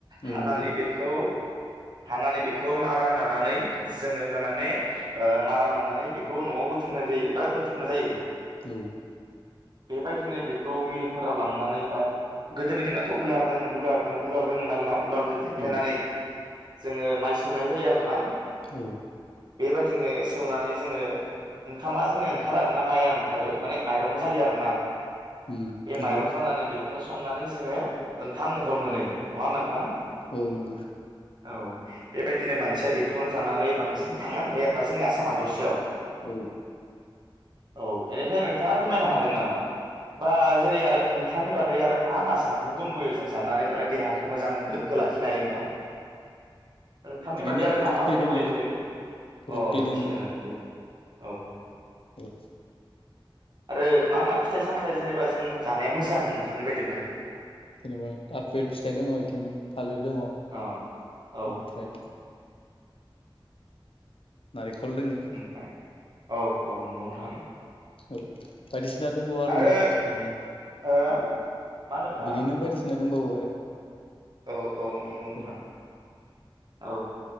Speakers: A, on the left; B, on the right.
A: औ
B: हानानै
A: नंगौ
B: बेखौ हानानै बेखौ मा राननानानै जोङो थारमाने ओ माराननानानै बेखौ न'आव बो थुमनाय जायो बा दोनथुमनाय जायो।
A: औ।
B: बेबायदिनो बेखौ मिलफोराव लांनानै बा गोदोनि दिनाथ' उलारदोंमोन लुलारदं उलारदोंमोन नालायना उलालजों देफ्लेनानै
A: औ
B: जोङो माइ सौनाय जायो आरोना।
A: औ।
B: बेबायदिनो सौनानै जोङो ओंखामा जोंनिया ओंखारो आरोना माइआ ओंखारो माने माइरं जायो आरोना।
A: उम
B: बे
A: नंगौ
B: माइरं जानानै बे खौनो संनानै जोङो ओंखाम महर मोनो। नङा होमबा नोंथां?
A: औ नोंगौ।
B: औ बेबायदिनो मानसिया बेखौनो जानानै बांसिन थांनानै थायो आरोना जोंनि आसामा दरसेयाव।
A: औ
B: औ एनिफाय नों थाङा फोरमायनो हागोन नामा बा जेरै आरो ओंखामनि बादै आरो मा मा जामुं दंबयो जों जानानै थारमाने देहाखौ मोजां गोग्गो लाखिनो हायो नोंथां? ओंखामनि
A: बिदिनो
B: बादै आरो मा
A: रुटि
B: मा दंबावयो
A: दोङो
B: जेरै
A: रुटि
B: अ रुथि
A: दोङो
B: दङो नंगौ। औ।
A: औ।
B: आरो मा मा फिथाइ सामथाइ जेनेबा जों जानाया मोजां नोंथांनि बायदिब्ला?
A: जेनेबा आपेल फिथाइ दङ बिथिं थालिर दङ ओमफ्राय
B: औ औ
A: नारि खल लोङो।
B: ओमफ्राय औ औ नंगौ नोंथां।
A: औ बायदिस ना दंबावो आरोना
B: आरो
A: बिदिनो।
B: ओ मा होनदों नोंथाङा
A: बिदिनो बायदिसिना दोंबावो आरो।
B: औ औ नंगौ नोंथां।
A: गोबां
B: औ